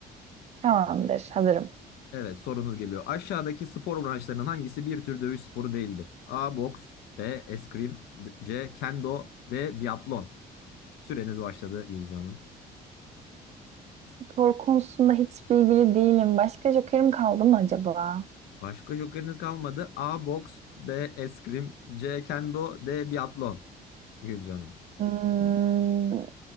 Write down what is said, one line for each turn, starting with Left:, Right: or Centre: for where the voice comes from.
Right: Tamamdır. Hazırım.
Left: Evet sorunuz geliyor. Aşağıdaki spor branşlarının hangisi bir tür dövüş sporu değildir? A. Boks B. Eskrim C. Kendo D. Biatlon. Süreniz başladı Gülce Hanım.
Right: Spor konusunda hiç bilgili değilim. Başka jokerim kaldı mı acaba?
Left: Başka jokeriniz kalmadı. A. Boks B. Eskrim C. Kendo D. Biatlon. Gülce Hanım.
Right: Hmm,